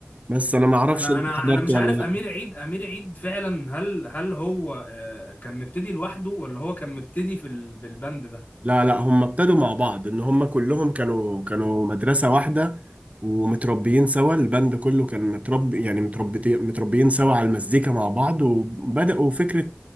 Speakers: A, on the right; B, on the left.
A: بس انا ما اعرفش
B: انا
A: انت
B: انا
A: حضرت
B: انا مش
A: ولا
B: عارف امير عيد امير عيد فعلا هل هل هو آه، كان مبتدي لوحده ولا هو كان مبتدي في ال... بالبند ده
A: لا لا هم ابتدوا مع بعض ان هم كلهم كانوا كانوا مدرسة واحدة ومتربيين سوا البند كله كان متربي يعني متربيين متربيين سوا على المزيكا مع بعض وبدأوا فكرة